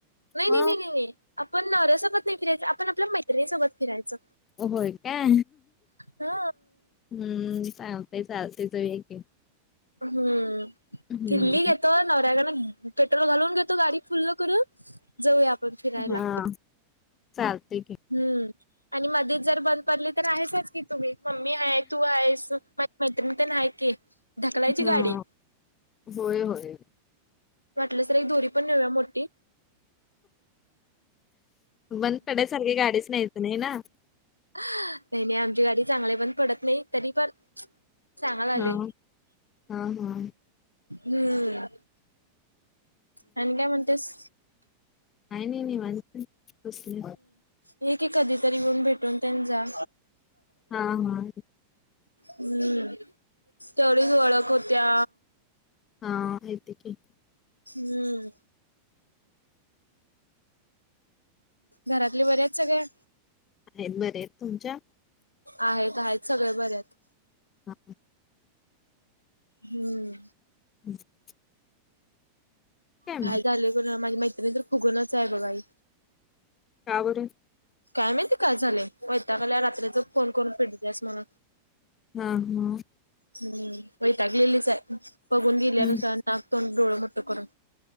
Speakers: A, on the left; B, on the left.
A: नाही नाही
B: हा
A: नाही नाही नाही आपण नवऱ्यासोबत नाही फिरायचं आपण आपल्या मैत्रिणीसोबत फिरायचं
B: होय काय
A: हा
B: हम्म सांगतय चालतेच वक
A: हम्म
B: हम्म
A: दिल्ली घेतो नवऱ्यागड पेट्रोल घालवून घेतो गाडी फुल्ल कर जाऊया आपण फिरायला
B: हा सलते
A: हम्म आणि मध्येच जर बंद पडली तर आहेसच की तुम्ही मम्मी आहे तू आहेस माझी मैत्रीण तर आहे की ढकलायची
B: हम
A: गाडी
B: होय होय
A: वाटलं तर एक दोरी पण नेऊया मोठी
B: मंद पड्यासारखी गाडीच नाहीच नाही ना
A: नाही नाही आमची गाडी चांगल्या पण पडत नाही तरी पण चांग आले
B: हा हा हा
A: हम्म आणि काय म्हणतेस
B: काही नाही निवांत बसले
A: हे की कधीतरी येऊन भेटून त्यां जा
B: हा हा
A: हम्म तेवढीच ओळख होत्या
B: हा यत क
A: हम्म घरातले बर्याच सगळ्या
B: आहेत बर आहेत तुमच्या
A: आहेत आहेत सगळे बर आहेत
B: हा
A: हम्म
B: ह
A: काय
B: मग
A: झालंय ग माझी माैत्रीणी तरर फुगूनच आहे बघाई
B: का बरं
A: काय माहितीय काय झाले वैता काला रात्री जो फोन करून फेटतेस म्हणून
B: हा हा
A: हम्म वैतागलेलीच आहे बघून गेल्यानुसार
B: हम्म
A: नाग तोडोळ म्हट करून